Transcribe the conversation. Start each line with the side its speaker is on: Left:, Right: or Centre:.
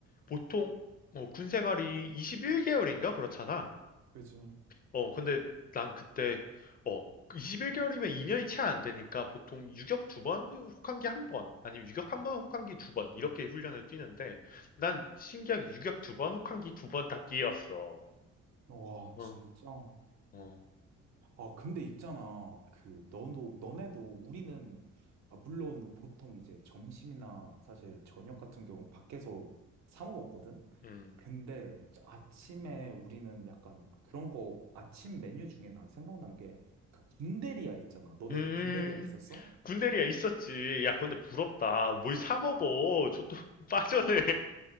Left: 보통 뭐군 생활이 21개월인가 그렇잖아.
Right: 그지.
Left: 어, 근데 난 그때, 어, 21개월이면 2년이 채 안 되니까 보통 유격 두 번, 혹한기 한 번, 아니면 유격 한 번, 혹한기 두 번, 이렇게 훈련을 뛰는데, 난 신기하게 유격 두 번, 혹한기 두 번 다 뛰었어.
Right: 와,
Left: 어,
Right: 진짜.
Left: 어,
Right: 아, 근데 있잖아. 그, 너도, 너네도 우리는, 아, 물론 보통 이제 점심이나 사실 저녁 같은 경우 밖에서 사 먹었거든?
Left: 음.
Right: 근데 아침에 우리는 약간 그런 거, 아침 메뉴 중에 난 생각난 게, 그 군대리아 있잖아. 너네도
Left: 음,
Right: 군대리아 있었어?
Left: 군대리야 있었지. 야, 근데 부럽다. 뭘 사 먹어. 저 또 <laughs> 빠졌네.